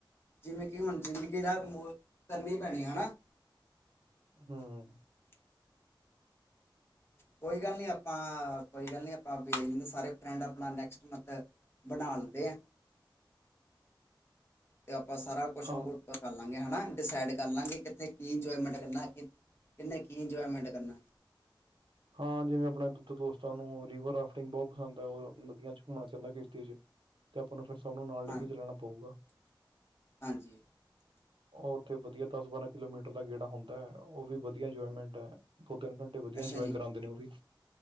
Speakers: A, on the left (about 30°); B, on the right (about 85°).
A: ਜਿਵੇਂ ਕਿ ਹੁਣ ਜ਼ਿੰਦਗੀ ਦਾ ਮੋਲ ਕਰਨੀ ਪੈਣੀ ਹੈਨਾ।
B: ਹੂੰ,,,
A: ਕੋਈ ਗੱਲ ਨੀ ਆਪਾਂ ਕੋਈ ਗੱਲ ਨੀ ਆਪਾਂ ਸਾਰੇ ਫਰੈਂਡ ਆਪਣਾ ਨੈਕਸਟ। ਮਤ ਬਣਾ ਦੇ। ਤੇ ਆਪਾਂ ਸਾਰਾ ਕੁਛ
B: ਹਾਂ
A: ਉਹ ਕਰ ਲਾਂਗੇ ਹਨਾ ਡਿਸਾਈਡ ਕਰ ਲਾਂਗੇ ਕਿੱਥੇ ਕੀ ਇੰਜੋਏਮੈਂਟ ਕਰਨਾ ਅੱਗੇ ਕਿੰਨੇ ਕੀ ਇੰਜੋਏਮੈਂਟ ਕਰਨਾ।
B: ਹਾਂ ਜਿਵੇਂ ਆਪਣੇ ਦੂਜੇ ਦੋਸਤਾਂ ਨੂੰ ਰਿਵਰ ਰਾਫਟਿੰਗ ਬਹੁਤ ਪਸੰਦ ਹੈ। ਉਹ ਨਦੀਆਂ ਚ ਘੁੰਮਣਾ ਚਾਹੁੰਦਾ ਕਿਸ਼ਤੀ ਚ। ਤੇ ਆਪਾਂ ਨੂੰ ਫਿਰ ਸਭ ਨੂੰ ਨਾਲ ਲੈ
A: ਹਾਂ
B: ਕੇ ਚੱਲਣਾ ਪਊਗਾ।
A: ਹਾਂਜੀ
B: ਉਹ ਉੱਥੇ ਵਧੀਆ ਦਸ ਬਾਰਾਂ ਕਿਲੋਮੀਟਰ ਦਾ ਗੇੜਾ ਹੁੰਦਾ ਹੈ। ਉਹ ਵੀ ਵਧੀਆ ਇੰਜੋਏਮੈਂਟ ਹੈ। ਦੋ ਤਿੰਨ ਘੰਟੇ ਵਧੀਆ
A: ਅੱਛਾ
B: ਇੰਜੋਏ
A: ਜੀ
B: ਕਰਾਉਂਦੇ ਨੇ ਉਹ ਵੀ।